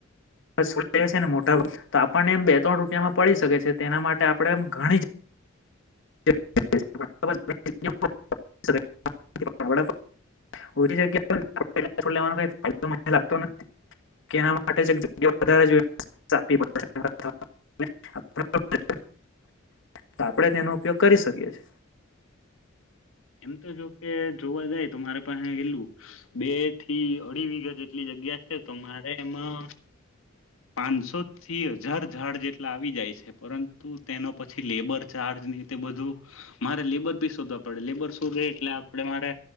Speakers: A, on the left (about 65°); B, on the left (about 85°).
A: <unintelligible> છે, ને મોટા ભાગ તો આપણને એમ બે ત્રણ રૂપિયામાં પડી શકે છે, તેના માટે આપણે એમ ઘણી જ. <unintelligible> ઓછી જગ્યા લેવા ફદો મને લાગતો નથી. કેના માટે જ જગ્યા વધારે
B: <unintelligible>
A: <inaudible> તો આપણે તેનો ઉપયોગ કરી <unintelligible>
B: એમ તો જોકે જોવા જાય તો મારે પાસે કેટલું બે થી. અઢી વિઘા જેટલી જગ્યા છે તો મારે એમાં પાંચસો થી હજાર ઝાડ જેટલા આવી જાય છે, પરંતુ તેનો પછી લેબર ચાર્જ. <unintelligible> <unintelligible> એટલે આપણે મારે